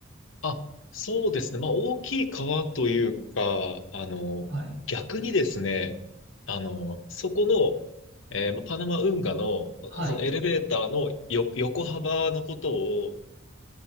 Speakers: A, on the left; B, on the right.
A: あ、そうですね。まあ、大きい川というか、あの、
B: はい。
A: 逆にですね、あの、そこの、えーまあパナマ運河の、まそのエレベーターのよ横幅のことを、
B: はい。